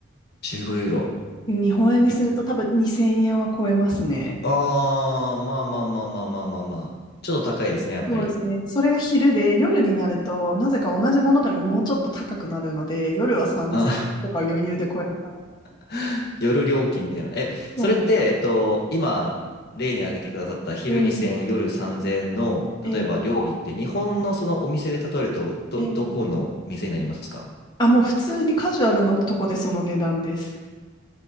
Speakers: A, on the left; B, on the left.
A: 15ユーロ。
B: 日本円にすると多分2000円は超えますね。
A: い、あー、まあまあまあまあまあまあまあ。ちょっと高いですね、やっぱり。
B: そうですね。それが昼で、夜になると、なぜか同じものでももうちょっと高くなるので、夜は3000とか余裕で超える感じ。
A: あ、<laughs> 夜料金みたいな。え、
B: そうなんです。
A: それって、えっと、今、例に挙げてくださった昼2000、
B: ええ
A: 夜3000の、
B: え
A: 例えば料理って、日本のそのお店で例えると、ど、
B: えええ
A: どこの店になりますか
B: あ、もう普通にカジュアルなとこでその値段です。